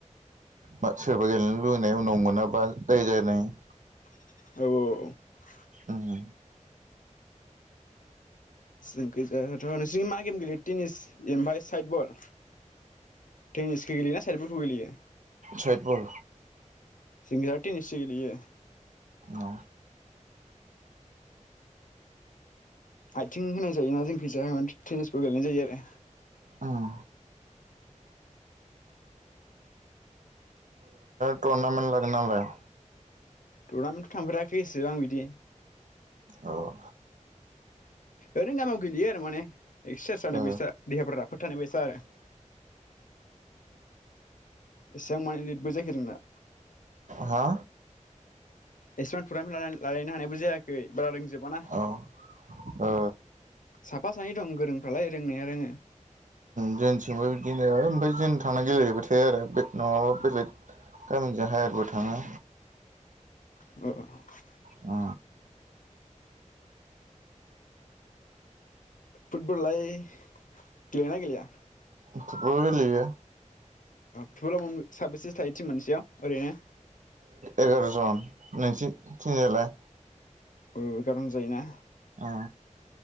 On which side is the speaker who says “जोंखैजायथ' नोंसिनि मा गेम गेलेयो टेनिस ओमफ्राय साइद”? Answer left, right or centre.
Left